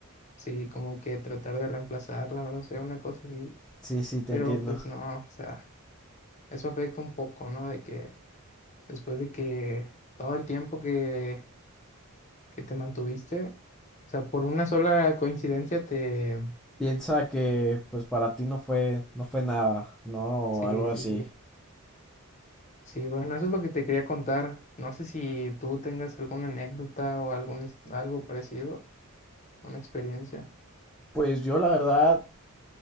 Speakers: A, on the left; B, in the centre.
A: Sí, como que tratar de reemplazarla, no sé, una cosa así.
B: Sí, sí, te
A: Pero
B: entiendo.
A: pues no, o sea, eso afecta un poco, ¿no? De que después de que todo el tiempo que, que te mantuviste, o sea, por una sola coincidencia te...
B: piensa que pues para ti no fue no fue nada, ¿no?
A: Sí,
B: O algo así.
A: sí, sí. Sí, bueno, eso es lo que te quería contar. No sé si tú tengas alguna anécdota o algún, his- algo parecido, una experiencia.
B: Pues yo la verdad